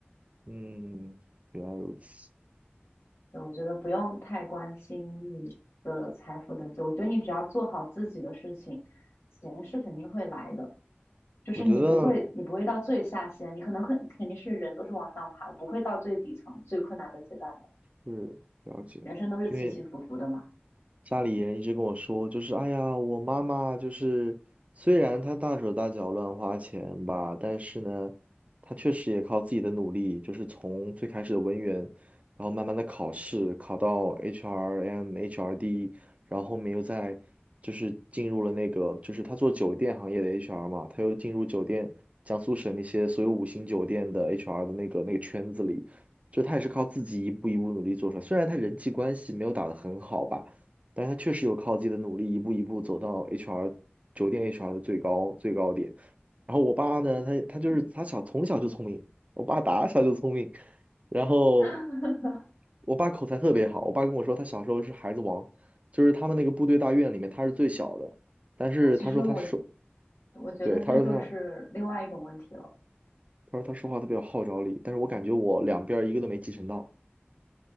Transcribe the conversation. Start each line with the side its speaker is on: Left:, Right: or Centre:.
Right: 嗯，原来如此。
Left: 对，我觉得不用太关心你的财富等级，我觉得你只要做好自己的事情，钱是肯定会来的。就是你不会，
Right: 我觉得
Left: 你不会到最下限，你可能会肯定是人都是往上爬，不会到最底层最困难的阶段的。
Right: 是了解，
Left: 人生都是起起伏伏的嘛。
Right: 因为家里人一直跟我说，就是哎呀，我妈妈就是虽然她大手大脚乱花钱吧，但是呢，她确实也靠自己的努力，就是从最开始的文员，然后慢慢的考试，考到 HRM、HRD，然后后面又在就是进入了那个，就是她做酒店行业的 HR 嘛，她又进入酒店江苏省那些所有五星酒店的 HR 的那个那个圈子里。就她也是靠自己一步一步努力做出来，虽然她人际关系没有打得很好吧，但是他确实有靠自己的努力，一步一步走到 HR 酒店 HR 的最高最高点。然后我爸呢，他他就是他小从小就聪明，我爸打小就聪明，然后
Left: <laughs>
Right: 我爸口才特别好，我爸跟我说他小时候是孩子王，就是他们那个部队大院里面他是最小的，但是他说他说，
Left: 那其实我我觉得这就是另外一种问题了。
Right: 对，他说他他说他说话特别有号召力，但是我感觉我两边儿一个都没继承到。